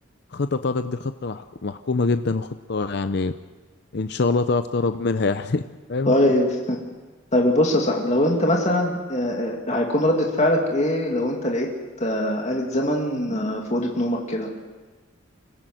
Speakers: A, on the left; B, on the left.
A: الخطة بتاعتك دي خطة محك- محكومة جدا وخطة يعني ان شاء الله تعرف تهرب منها يعني <laughs> فاهم
B: طيب طيب بص يا صاحبي لو انت مثلا آه، آه، هيكون ردة فعلك ايه لو انت لقيت آه، آلة زمن آه، في أوضة نومك كده